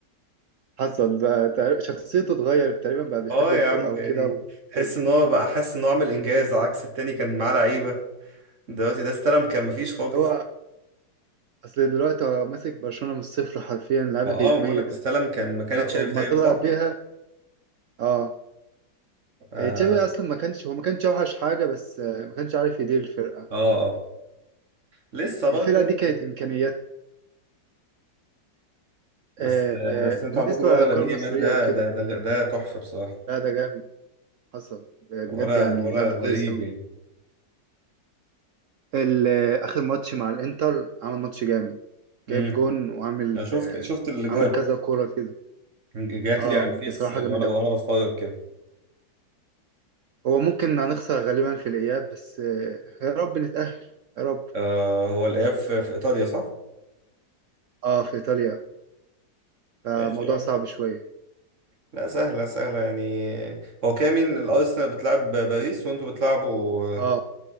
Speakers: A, on the right; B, on the right.
A: حصل بقى تقريبا- شخصيته اتغيرت تقريبا بقى بيحب
B: اه
A: الفرقة
B: يا عم
A: وكده
B: يعني
A: و...
B: تحس
A: أيوة
B: ان هو بقى حاسس ان هو عامل انجاز عكس التاني كان معاه لعيبه دلوقتي ده استلم كان مفيش خالص
A: هو أصل دلوقتي هو ماسك برشلونة من الصفر حرفيا اللعيبة
B: اه
A: كانت
B: بقول
A: ميتة
B: لك استلم كان مكان تشافي
A: وما
B: تقريبا
A: طلع
B: صح؟
A: بيها اه
B: اه
A: إيه، تشافي أصلا ما كانش هو ما كانش أوحش حاجة بس آه، ما كانش عارف يدير الفرقة
B: اه آه. لسه برضه
A: الفرقة
B: يعني
A: دي كانت إمكانيات
B: بس
A: آه،
B: آه،
A: آه،
B: بس انتوا
A: بالنسبة
B: عندكم الولا
A: للكرة
B: لامين
A: المصرية
B: يامال ده
A: وكده
B: ده ده, ده تحفه بصراحه
A: لا ده جامد حصل بجد
B: الولا
A: يعني
B: الولا
A: لعب
B: غريب
A: كويس أوي
B: يعني
A: ال- آه، آخر ماتش مع الإنتر عمل ماتش جامد
B: امم
A: جايب جون وعامل
B: انا شفت
A: آه،
B: شفت الاجوال
A: عامل كذا كورة كده
B: جات
A: اه
B: لي على الفيس
A: بصراحة
B: وانا
A: جامد
B: وانا
A: أوي
B: بتفرج كده
A: هو ممكن هنخسر غالبا في الإياب بس آه، يا رب نتأهل يا رب
B: آه هو الاياب في, في ايطاليا صح؟
A: اه في إيطاليا فموضوع
B: ماشي يا عم
A: صعب شوية
B: لا سهله سهله يعني هو كامل الارسنال بتلعب باريس وانتوا بتلعبوا
A: اه